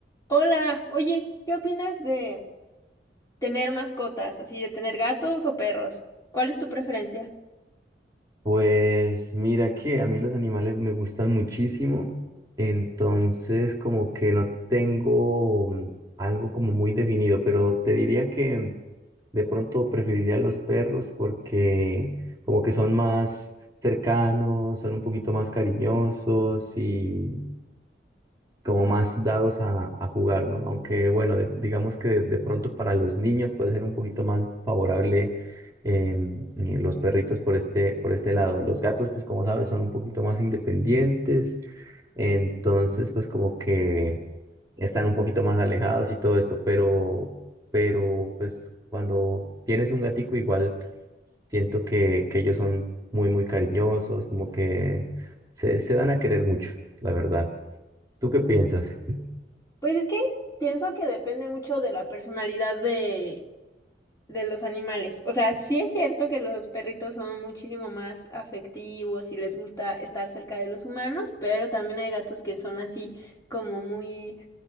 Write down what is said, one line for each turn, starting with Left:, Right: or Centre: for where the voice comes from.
Left: Hola, oye, ¿qué opinas de tener mascotas, así de tener gatos o perros? ¿Cuál es tu preferencia?
Right: Pues mira que a mí los animales me gustan muchísimo, entonces como que no tengo mm, algo como muy definido, pero te diría que de pronto preferiría los perros porque como que son más cercanos, son un poquito más cariñosos y como más dados a, a jugar, ¿no? Aunque bueno, de- digamos que de, de pronto para los niños puede ser un poquito más favorable em, eh, los perritos por este, por este lado. Los gatos, pues como sabes, son un poquito más independientes, entonces pues como que están un poquito más alejados y todo esto, pero, pero pues cuando tienes un gatico igual siento que, que ellos son muy, muy cariñosos, como que se, se dan a querer mucho, la verdad. ¿Tú qué piensas?
Left: Pues es que pienso que depende mucho de la personalidad de, de los animales. O sea, sí es cierto que los perritos son muchísimo más afectivos y les gusta estar cerca de los humanos, pero también hay gatos que son así como muy